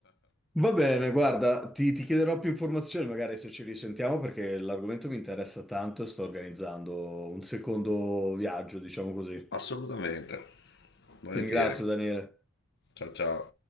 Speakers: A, in the centre; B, on the left.
A: Va bene, guarda, ti, ti chiederò più informazioni magari se ci risentiamo perché l'argomento mi interessa tanto e sto organizzando un secondo viaggio, diciamo così.
B: Assolutamente. Volentieri.
A: Ti ringrazio, Daniele.
B: Ciao ciao.